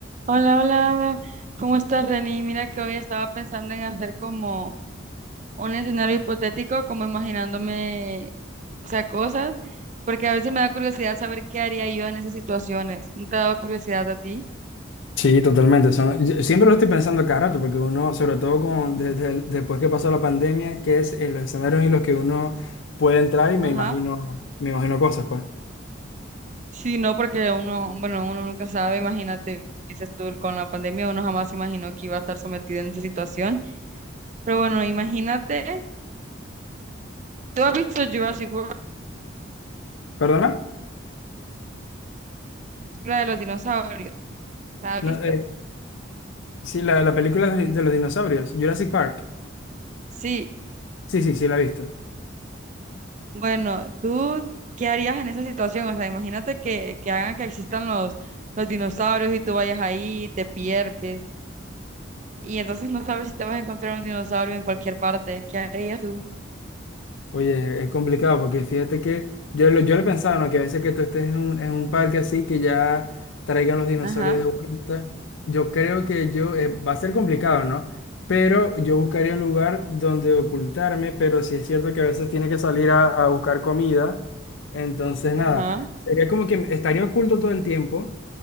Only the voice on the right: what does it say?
Hola, hola, ¿cómo estás, Reni? Mira que hoy estaba pensando en hacer como un escenario hipotético, como imaginándome, o sea, cosas, porque a veces me da curiosidad saber qué haría yo en esas situaciones. ¿No te ha dado curiosidad a ti?
Ajá.
Sí, no, porque uno, bueno, uno nunca sabe, imagínate, dices tú, con la pandemia uno jamás imaginó que iba a estar sometido en esa situación, pero bueno, imagínate, ¿tú has visto Jurassic World,
la de los dinosaurios? ¿La has
visto?
Sí.
Bueno, ¿tú qué harías en esa situación? O sea, imagínate que, que hagan que existan los, los dinosaurios y tú vayas ahí, te pierdes y entonces no sabes si te vas a encontrar un dinosaurio en cualquier parte. ¿Qué harías tú?
Ajá,
ajá.